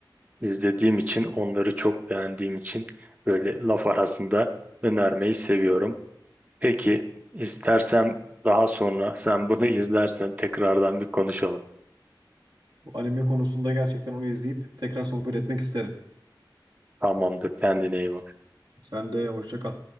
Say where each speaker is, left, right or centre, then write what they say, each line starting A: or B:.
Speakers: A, on the right; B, on the right.
A: izlediğim için onları çok beğendiğim için böyle laf arasında önermeyi seviyorum. Peki istersem daha sonra sen bunu <laughs> izlersen tekrardan bir konuşalım.
B: Bu anime konusunda gerçekten onu izleyip tekrar sohbet etmek isterim.
A: Tamamdır kendine iyi bak.
B: Sen de hoşça kal.